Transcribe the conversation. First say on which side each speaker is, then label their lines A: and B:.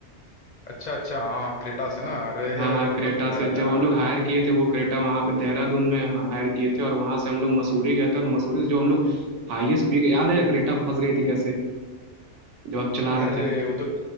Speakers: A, on the left; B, on the right.
A: अच्छा अच्छा हाँ क्रेटा से
B: अ,
A: ना अरे
B: हाँ हाँ
A: अरे
B: क्रेटा
A: बहुत मजा
B: से
A: आया था
B: जब
A: यार
B: हम लोग हायर किए थे वो क्रेटा वहाँ पे देहरादून में हायर किए थे और वहाँ से हम लोग मसूरी गए थे और मसूरी से जो हम लोग हाईएस्ट पीक याद है क्रेटा फंस गई थी कैसे जब आप चला
A: अरे
B: रहे थे
A: वो तो